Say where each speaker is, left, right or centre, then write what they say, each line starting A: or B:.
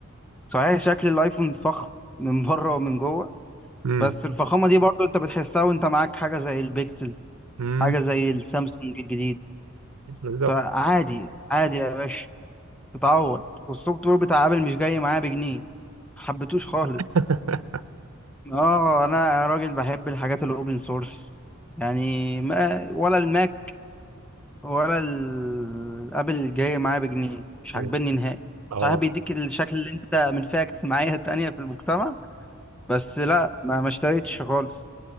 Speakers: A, in the centre; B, on the right.
A: صحيح شكل الايفون فخم من بره ومن جوه
B: امم
A: بس الفخامه دي برضو انت بتحسها وانت معاك حاجه زي البيكسل
B: امم
A: حاجه زي السامسونج الجديد
B: بالظبط
A: فعادي عادي يا باشا تتعوض والسوفت وير بتاع ابل مش جاي معايا بجنيه حبيتوش خالص
B: <laughs>
A: اه انا راجل بحب الحاجات الاوبن سورس يعني ما ولا الماك ولا الابل جاي معايا بجنيه مش
B: مم.
A: عاجبني نهائي
B: اه
A: صحيح بيديك الشكل اللي انت من فئة اجتماعية تانية في المجتمع بس لا ما ما اشتريتش خالص